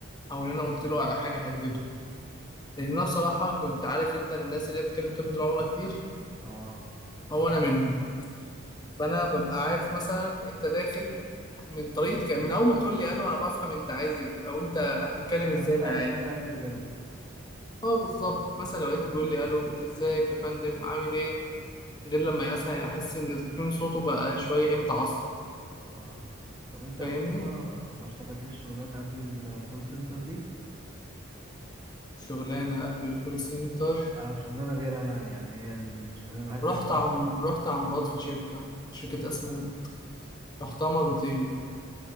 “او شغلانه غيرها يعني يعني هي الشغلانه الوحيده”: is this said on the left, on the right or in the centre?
Right